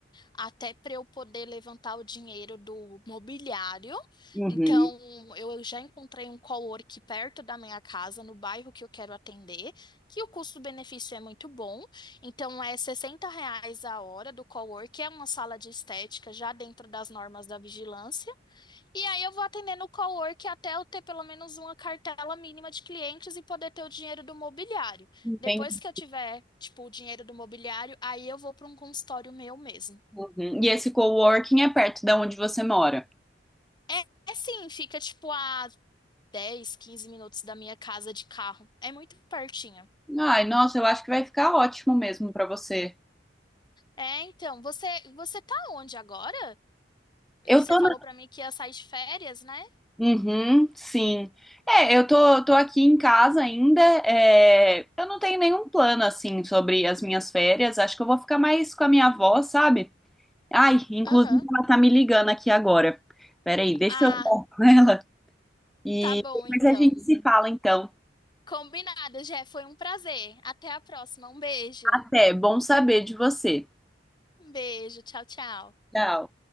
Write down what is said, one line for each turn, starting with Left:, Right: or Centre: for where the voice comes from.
Left: até para eu poder levantar o dinheiro do mobiliário.
Centre: Uhum.
Left: Então, eu já encontrei um cowork perto da minha casa, no bairro que eu quero atender, que o custo-benefício é muito bom. Então, é 60 reais a hora do cowork, é uma sala de estética já dentro das normas da vigilância. E aí eu vou atendendo o cowork até eu ter pelo menos uma cartela mínima de clientes e poder ter o dinheiro do mobiliário.
Centre: Entendi.
Left: Depois que eu tiver, tipo, o dinheiro do mobiliário, aí eu vou para um consultório meu mesmo.
Centre: Uhum. E esse coworking é perto da onde você mora?
Left: É, é sim, fica tipo a 10 15 minutos da minha casa de carro. É muito pertinho.
Centre: Ai, nossa, eu acho que vai ficar ótimo mesmo para você.
Left: É, então, você você tá onde agora?
Centre: Eu
Left: Você
Centre: tô
Left: falou
Centre: na
Left: para mim que ia sair de férias, né?
Centre: Uhum, sim. É, eu tô, tô aqui em casa ainda. é, eu não tenho nenhum plano assim sobre as minhas férias. Acho que eu vou ficar mais com a minha avó, sabe? Ai, inclusive
Left: Aham.
Centre: ela tá me ligando aqui agora. Peraí, deixa
Left: Ah,
Centre: eu falar com ela. E
Left: tá bom
Centre: depois
Left: então.
Centre: a gente se fala, então.
Left: Combinado, Jé, foi um prazer. Até a próxima. Um beijo.
Centre: Até, bom saber de você.
Left: Um beijo, tchau, tchau.
Centre: Tchau.